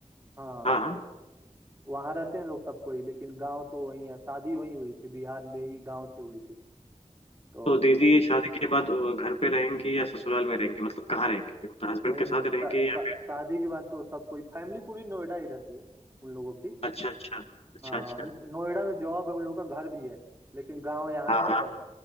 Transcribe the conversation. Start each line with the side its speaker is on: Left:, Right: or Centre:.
Right: हाँ
Left: हाँ हाँ
Right: तो वहाँ रहते हैं लोग सब कोई लेकिन गांव तो वही है शादी वही हुई थी बिहार में ही गांव से हुई थी तो
Left: तो दीदी शादी के बाद अ, घर पे रहेंगी या ससुराल में रहेंगी मतलब कहाँ रहेंगी मतलब हस्बैंड
Right: नहीं
Left: के
Right: नहीं
Left: साथ
Right: शा-
Left: रहेंगी
Right: शा-
Left: या फिर
Right: शादी के बाद तो सब कोई फैमिली पूरी नोएडा ही रहती है उन लोगों की
Left: अच्छा अच्छा अच्छा
Right: हाँ
Left: अच्छा
Right: न- नोएडा में जॉब है उन लोगों का घर भी है लेकिन गांव यहाँ
Left: हाँ
Right: है
Left: हाँ
Right: बस